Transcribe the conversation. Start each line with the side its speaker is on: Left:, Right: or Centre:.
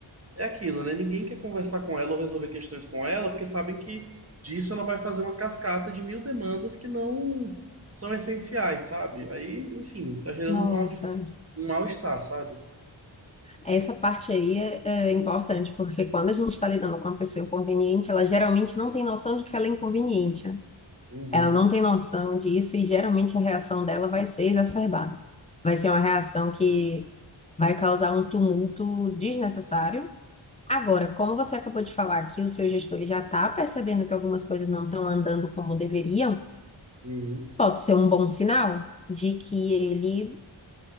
Right: é aquilo, né? Ninguém quer conversar com ela ou resolver questões com ela, porque sabem que disso ela vai fazer uma cascata de mil demandas que não são essenciais, sabe? Aí, enfim, tá gerando
Left: nossa.
Right: um mal-estar, um mal-estar, sabe?
Left: Essa parte aí é, é importante, porque quando a gente está lidando com uma pessoa inconveniente, ela geralmente não tem noção de que ela é inconveniente. né?
Right: Uhum,
Left: Ela não tem noção disso e geralmente a reação dela vai ser exacerbada. Vai ser uma reação que vai causar um tumulto desnecessário. Agora, como você acabou de falar que o seu gestor ele já está percebendo que algumas coisas não estão andando como deveriam,
Right: uhum,
Left: pode ser um bom sinal de que ele